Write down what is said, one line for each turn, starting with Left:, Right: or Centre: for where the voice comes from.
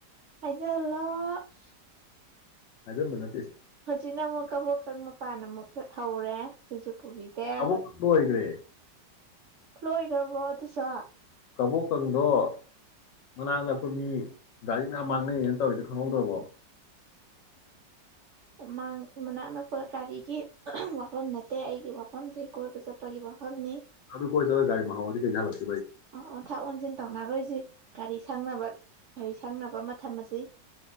Right: ꯑꯩꯁꯂ <inaudible>
Left: ꯑꯗꯨꯗꯣ ꯃꯅ
Right: ꯍꯧꯖꯤꯛꯅ ꯑꯃꯨꯛ ꯀꯕꯛꯀ ꯃꯄꯥꯟꯅ ꯑꯃꯨꯛ ꯍꯧꯔꯦ ꯁꯤꯁꯨ ꯄꯨꯕꯤꯗꯦ
Left: ꯑꯕꯨꯣꯏꯗ꯭ꯦ
Right: ꯂꯣꯏꯈ꯭ꯔꯕꯣ ꯑꯗꯨꯁꯨꯣ
Left: ꯀꯕꯣꯀꯪꯗꯣ ꯃꯅꯥꯛ ꯅꯛꯄꯣꯏ ꯃꯤ ꯒꯥꯔꯤ ꯃꯌꯥꯝ ꯃꯥꯡꯅꯩꯅꯦꯅ ꯇꯧꯋꯗ ꯈꯪꯍꯧꯗ꯭ꯔꯕꯣ
Right: ꯥꯡ ꯃꯅꯥꯛ ꯅꯛꯄ ꯒꯥꯔꯤꯒꯤ ꯋꯥꯐꯝ ꯅꯠꯇꯦ ꯑꯩꯒꯤ ꯋꯥꯐꯝꯁꯦ ꯀꯣꯏꯕ ꯆꯠꯄꯒꯤ ꯋꯥꯐꯝꯅꯤ
Left: ꯑꯗꯨ ꯀꯣꯏ ꯆꯗꯒꯒꯥ ꯃꯍꯍ ꯋꯥꯔꯤ ꯀꯩꯥꯏꯂ
Right: ꯑ ꯑꯣ ꯊꯥꯛ ꯑꯣꯟꯁꯤꯟ ꯇꯧꯅꯔꯣꯏꯁꯤ ꯒꯥꯔꯤ ꯁꯪꯅꯕ ꯒꯥꯔꯤ ꯁꯪꯅꯕ ꯑꯃ ꯊꯝ ꯑꯁꯤ